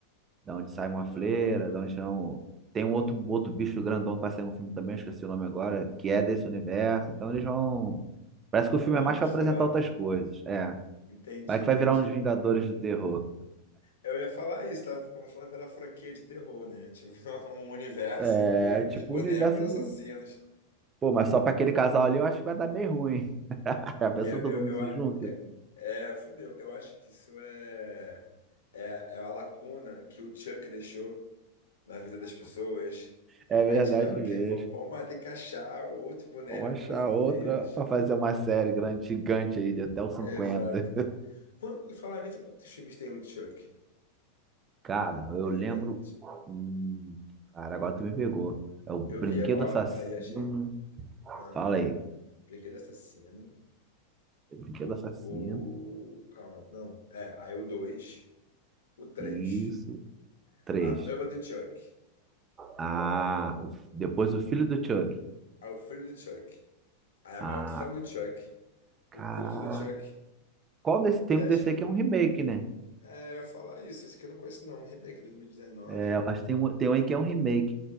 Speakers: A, on the right (about 25°); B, on the left (about 65°).
A: Da onde
B: Ah,
A: sai uma fleira, da onde são... tem um outro, outro bicho grandão que vai sair um filme também, eu esqueci o nome agora, que é desse universo. Então eles vão. Parece que o filme
B: vamos dar
A: é mais
B: uma misturada.
A: para apresentar outras coisas. É.
B: Entendi,
A: Vai que
B: entendi.
A: vai virar uns Vingadores do Terror.
B: Eu ia falar isso, tava começando aquela franquia de terror, né? Tipo, <laughs> um universo
A: É,
B: inteiro
A: tipo,
B: dos bonecos
A: o universo
B: assassinos.
A: de. Pô, mas só pra aquele casal ali eu acho que vai dar meio ruim. <laughs> A pessoa
B: Eu,
A: todo
B: eu,
A: mundo
B: eu,
A: se
B: a-
A: junta.
B: é, é, fudeu. Eu acho que isso é, é, é a lacuna que o Chuck deixou na vida das pessoas.
A: É
B: Aí
A: verdade
B: tiveram
A: mesmo.
B: que, vamos, vamos ter que achar outro boneco
A: Vamos achar
B: de assassinos.
A: outra pra fazer uma série grande, gigante aí de até os 50.
B: Exato. Quan- E falar nisso, quantos filmes tem o Chuck?
A: Cara, eu
B: Eu já
A: lembro.
B: até.
A: Hum, cara, agora tu me pegou. É o Brinquedo
B: Eu vi, ó,
A: Assassino.
B: aí achei. Ah,
A: Fala aí.
B: Brinquedo Assassino.
A: Brinquedo
B: O,
A: Assassino.
B: o... Calma, não. É, aí o 2 o três
A: Isso. Três.
B: A noiva do Chuck.
A: Ah, o- depois o Filho do Chuck.
B: Aí o filho do Chuck. Aí a
A: Ah,
B: maldição do Chuck.
A: cara.
B: O culto do Chuck.
A: Qual desse? Tem
B: E
A: um
B: acho
A: desse
B: que.
A: aí que é um remake, né?
B: É, eu ia falar isso. Esse aqui eu não conheço, não. um Remake 2019.
A: É, eu acho que tem um, tem um aí que é um remake.